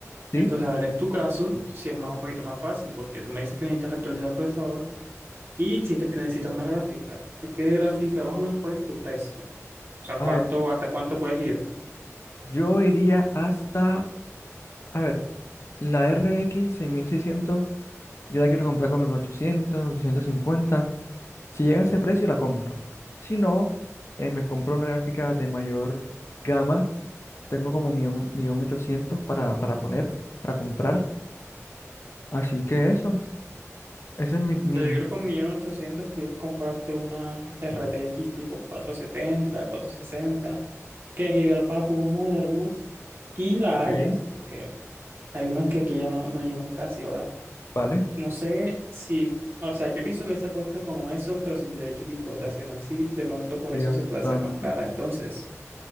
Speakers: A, on the left; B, on the right.
A: sí.
B: Entonces, a ver, en tu caso, si es más un poquito más fácil, porque tú me dices que necesitas actualizar el procesador y sientes que necesitas una gráfica. ¿Qué gráfica? Más o menos, ¿cuál es tu precio? O sea, ¿cuánto,
A: A ver,
B: hasta cuánto puedes ir?
A: yo iría hasta, a ver, la RX seiscientos yo la quiero comprar como en ochocientos ochocientos cincuenta Si llega a ese precio, la compro. Si no, eh, me compro una gráfica de mayor gama. Tengo como un millón ochocientos para, para poner, para comprar. Así que eso, ese es mi, mi...
B: Yo creo que con un millón ochocientos pudieras comprarte una RTX tipo 470, sesenta, que es ideal para juegos modernos y la
A: Ok.
B: hayas, porque hay unas que aquí ya no, no llegan casi ahora.
A: ¿Vale?
B: No sé si, o sea, yo pienso que esa cuesta como eso, pero sin derechos de importación. No sé si de pronto por
A: Dios
B: eso se puede hacer
A: santo.
B: más cara. Entonces,